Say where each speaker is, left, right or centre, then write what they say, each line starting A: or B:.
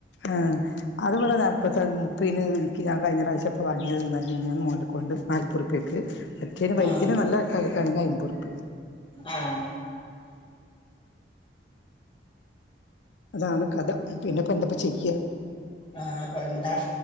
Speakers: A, on the left; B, on the left.
A: ആഹ് അത് ഇവടെ നാൽപത്തൻ മുപ്പീന്. ഇൻക്ക് ഞാൻ കഴിഞ്ഞ പ്രാ ചപ്പൊ വാങ്ങിയത് ഇന്നെല മിൻഞ്ഞാന്ന് മോനെക്കൊണ്ട് നാൽപ്പൊർപ്പിയക്ക് മറ്റേന് വല്തിന്
B: ആഹ്
A: നല്ലതക്കാളി കെഴങ്ങ് അയ്മ്പൊർപ്യ
B: ആഹ്
A: അതാണ് കഥ. പിന്നെപ്പൊ എന്തപ്പ ചെയ്യ ക്യ
B: ആഹ് ഇപ്പേന്ത